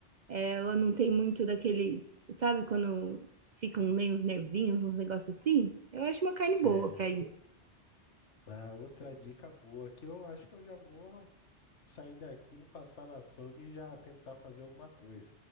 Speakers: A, on the right; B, on the left.
A: É, Ela não tem muito daqueles. Sabe quando ficam meio os nervinhos, uns negócios assim? Eu acho uma carne
B: você...
A: boa para isso.
B: Ah, outra dica boa que eu acho que eu já vou sair daqui, vou passar no açougue e já tentar fazer alguma coisa.